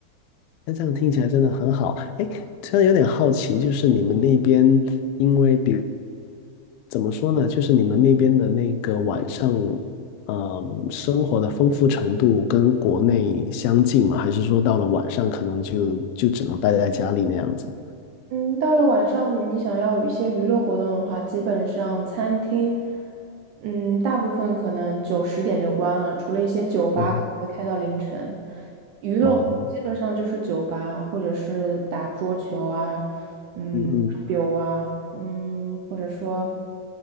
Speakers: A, on the left; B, on the right.
A: 那这样听起来真的很好。哎，突然有点好奇，就是你们那边，因为比怎么说呢，就是你们那边的那个晚上，嗯，生活的丰富程度跟国内相近吗？还是说到了晚上可能就就只能待在家里那样子？
B: 嗯，到了晚上，你想要有一些娱乐活动的话，基本上餐厅，嗯，大部分可能九十点就关了，除了一些酒吧可能会开到凌晨。
A: 啊，
B: 娱乐活动基本上就是酒吧，
A: 哦，
B: 或者是打桌球啊，嗯，
A: 嗯嗯
B: 桌游啊，嗯，或者说，